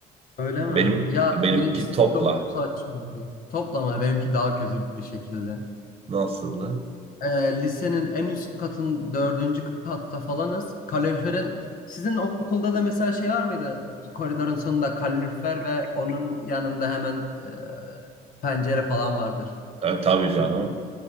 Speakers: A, on the left; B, on the right.
A: Öyle mi?
B: Benim
A: Ya
B: benimki
A: benimkisi
B: topla.
A: çok saçmaydı. Toplama benimki daha kötü bir şekilde.
B: Nasıldı?
A: e, lisenin en üst katın dördüncü katta falanız. Kaloriferin sizin okulda da mesela şey var mıydı? Koridorun sonunda kalorifer ve onun yanında hemen e, pencere falan vardır.
B: E, tabii canım